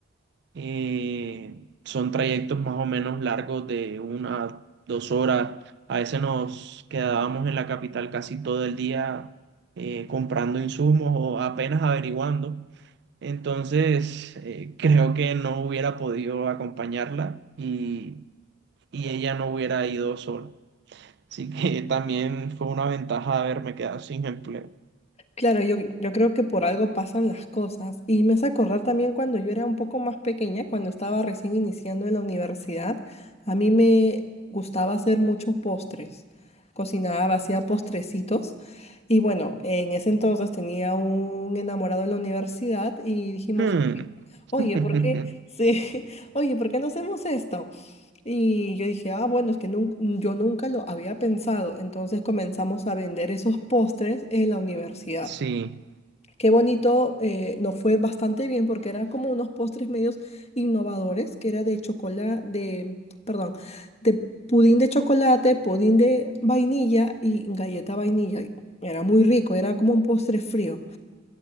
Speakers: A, on the right; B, on the left.
A: eh, son trayectos más o menos largos de una, dos horas. A veces nos quedábamos en la capital casi todo el día eh, comprando insumos o apenas averiguando. Entonces, eh, creo que no hubiera podido acompañarla y, y ella no hubiera ido sola. Así que <laughs> también fue una ventaja haberme quedado sin empleo.
B: Claro, yo, yo creo que por algo pasan las cosas. Y me hace acordar también cuando yo era un poco más pequeña, cuando estaba recién iniciando en la universidad, a mí me gustaba hacer muchos postres. Cocinaba, hacía postrecitos. Y bueno, en ese entonces tenía un enamorado en la universidad y dijimos,
A: Hmm.
B: oye,
A: <laughs>
B: ¿por qué? <laughs> Sí, oye, ¿por qué no hacemos esto? Y yo dije, ah, bueno, es que nun- yo nunca lo había pensado. Entonces comenzamos a vender esos postres en la universidad.
A: Sí.
B: Qué bonito, eh, nos fue bastante bien porque era como unos postres medios innovadores, que era de chocolate, de, perdón, de pudín de chocolate, pudín de vainilla y galleta vainilla. y Era muy rico, era como un postre frío.